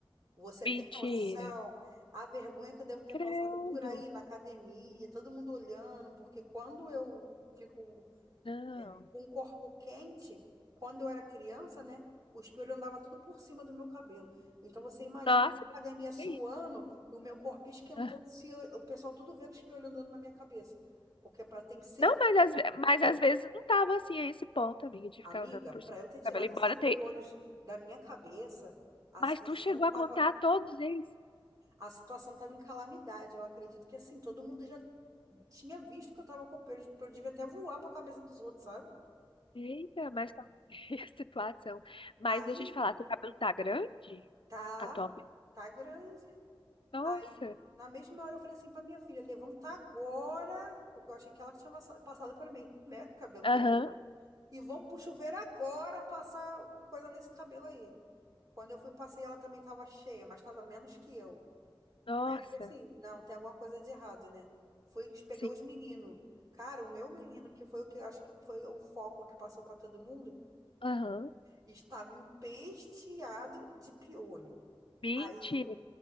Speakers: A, on the right; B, on the left.
A: Você
B: Mentira.
A: tem noção? A vergonha que eu devo ter
B: Credo.
A: passado por aí na academia, todo mundo olhando, porque quando eu fico
B: Não.
A: um corpo quente, quando eu era criança, né? O espelho andava tudo por cima do meu cabelo. Então você imagina
B: Nossa,
A: a academia suando
B: que isso?
A: e o meu corpo esquentando,
B: Aham.
A: se eu- o pessoal tudo vendo o espelho andando na minha cabeça. Porque para ter sempre,
B: Não, mas às, ve- mas às vezes não tava assim a esse ponto, amiga, de
A: amiga,
B: ficar andando por
A: para
B: cima
A: eu
B: do
A: ter tirado
B: cabelo, embora
A: 100
B: tenha.
A: piolhos da minha cabeça, a
B: Mas
A: situação
B: tu chegou
A: tava,
B: a contar todos eles?
A: a situação tava em calamidade. Eu acredito que assim, todo mundo já tinha visto que eu tava com piolho, o piolho devia até voar para a cabeça dos outros, sabe?
B: Eita, mas tá <laughs> a situação. Mas
A: Aí
B: deixa eu te falar, seu cabelo tá grande
A: tá,
B: atualmente?
A: tá grande.
B: Nossa.
A: Aí, na mesma hora, eu falei assim pra minha filha: levanta agora, porque eu achei que ela tinha passa- passado pra mim, <laughs> né? Cabelo
B: Aham.
A: grande. E vamos pro chuveiro agora passar coisa nesse cabelo aí. Quando eu fui, passei, ela também tava cheia, mas tava menos que eu.
B: Nossa.
A: Aí eu falei assim: não, tem alguma coisa de errado, né? Fui, peguei
B: Sim.
A: os meninos. Cara, o meu menino, que foi o que eu acho que foi o foco que passou pra todo mundo,
B: Aham.
A: estava empesteado de piolho.
B: Mentira.
A: Aí